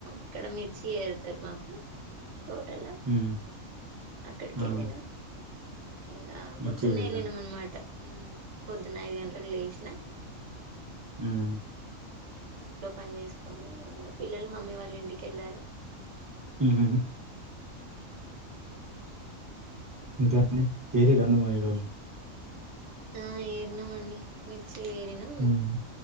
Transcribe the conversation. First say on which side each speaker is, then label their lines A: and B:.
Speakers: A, on the right; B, on the right.
A: ఇక్కడ మిర్చి ఎరుతారు మాకు తోటలా
B: హ్మ్
A: అక్కడికి
B: ఆ
A: వెళ్ళిన ఇగ
B: మిర్చి
A: పొద్దున్నే
B: ఏరిర్రా
A: వెళ్లినం అన్నమాట ఆ పొద్దున్న ఐదు గంటలకు లేసిన హు
B: హ్మ్
A: లేచి ఇంట్లో పని చేసుకొని ఇంకా పిల్లలు మమ్మీ వాళ్ళు ఇంటికెళ్ళారు
B: ఉహు ఇంకా అండి ఏరి రండి మరి ఈ రోజు
A: ఆ ఏరినమండి మీ చేరినం
B: హ్మ్